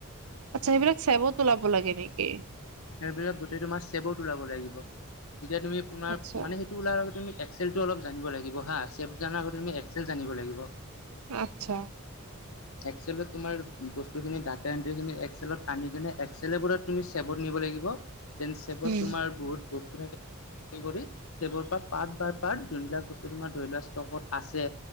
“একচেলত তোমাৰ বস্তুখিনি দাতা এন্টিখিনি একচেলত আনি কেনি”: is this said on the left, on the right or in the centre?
Left